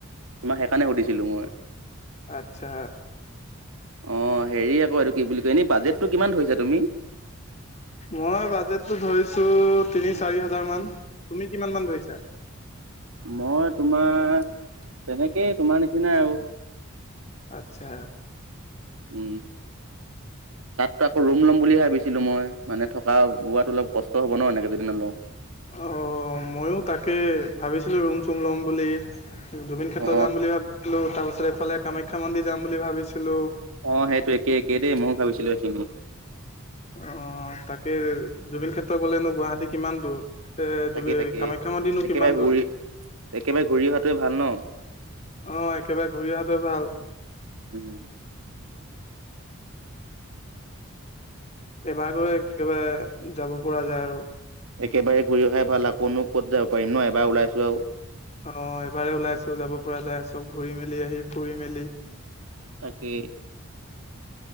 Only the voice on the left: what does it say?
আচ্ছা।
মই বাজেটটো ধৰিছো তিনি, চাৰি হাজাৰ মান তুমি কিমান মান ধৰিছা?
আচ্ছা।
অ', ময়ো তাকে ভাবিছিলোঁ ৰুম চুম লম বুলি জুবিন ক্ষেত্ৰ
যাম বুলি ভাবিছিলোঁ তাৰ পিছত এইফালে কামাখ্যা মন্দিৰ যাম বুলি ভাবিছিলোঁ।
অ তাকে জুবিন ক্ষেত্ৰ গলেনো গুৱাহাটী কিমান দূৰ। এ
জো
কামাখ্যা মন্দিৰনো
কিমান দূৰ?
অ একেবাৰে ঘূৰি অহাটো ভাল।
এবাৰ গৈ একেবাৰে যাব পৰা যায় আৰু।
অ এবাৰে ওলাইছোঁ যাব পৰা যায় চব ঘূৰি মেলি আহি ফুৰি মেলি